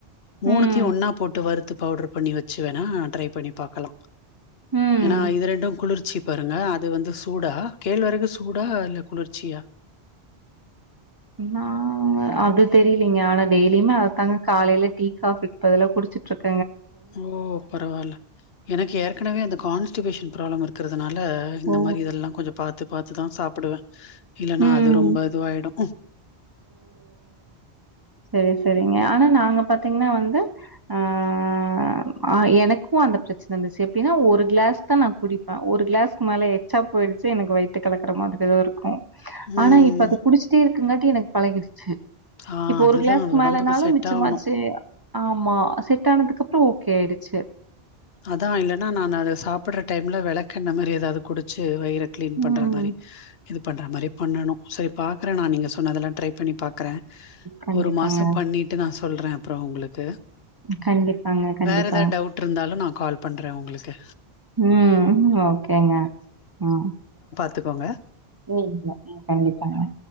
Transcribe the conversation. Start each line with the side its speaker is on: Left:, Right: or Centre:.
Left: மூனுத்தையு
Right: ம்.
Left: ஒன்னா போட்டு வறு த்து பௌவ்டர் பண்ணி வெச்சு வேணா ட்ரை பண்ணி பாக்கலா.
Right: ம்.
Left: ஏனா இது ரெண்டு குளிர்ச்சி பாருங்க அது வந்து சூடா கேழ்வரகு சூ டா இல்ல குளிர்ச்சியா?
Right: நா அது தெ ரிலங்க ஆனா டெய்லியுமா அததுாங்க காலைல டீ காபிக்கிப்பதுலா குடுச்சிட்டு இருக்
Left: ஓ பரவால. எனக்கு ஏற்கனவே அந்த கான்ஸ்டிபேஷன் ப்ராப்ளம் இருக் க்றதுனா ல இந்த
Right: ஓ!
Left: மாதிரி இதெல்லா கொஞ்சோ பாத்து பாத்து தா சா ப்படுவே இல்லன்னா
Right: ம்.
Left: அது ரொம்ப இதுவாயிடு.
Right: செரி செரிங்க. ஆனா நாங்க பாத்தீங்கனா வந்து, ஆஹ் ஹ், எனக்கு அந்த பிரச்சன இருந்துச்சு, எப்டினா ஒரு க்ளாஸ் தா நா குடிப்ப. ஒரு க்ளாஸ்க்கு மேல எச்சா போயிடுச்சு எனக்கு வயித்த கலக்கற மாதிரிதா இருக்கு.
Left: ம்
Right: ஆனா இப்ப அத குடிச்சிட்டே இருக்குறங்காட்டி என பழகிருச்சு.
Left: ஆ
Right: இப்ப
Left: அதுதா
Right: ஒரு க்ளாஸ்க்கு
Left: அது ஒடம்புக்கு
Right: மேலனாலு
Left: செட்
Right: மிச்சமாச்சு
Left: ஆவணு
Right: ஆமா ட்டானதுக்கு அப்றோ ஓகே ஆயிடுச்சு
Left: அதா இல்லன்னா நானத சாப்பட்ற டைம்ல வெளக்கெண்ண மாரி ஏதாவ்து குடிச்சு வயிற க்ளீன் பண்ற
Right: ம்
Left: மாரி இது பண்ற மாரி பண்ணணூ சரி பாக்குறே நா நீங்க சொன்னதல்லா ட்ரை பண்ணி பாக்குறே
Right: கண்டிப்பாங்க.
Left: ஒரு மாசோ பண்ணிட்டு நா ஸ் சொல்றே அப்றோ உங்களுக்கு
Right: கண்டிப்பாங்க கண்டிப்பா
Left: வேற எதா டவுட் இருந்தாலு நா கால் பண்ற உங்ளுக்கு
Right: ம் ஓகேங்க ம்
Left: த்துக்கோங்க
Right: ம் யா ம் கண்டிப்பாஙக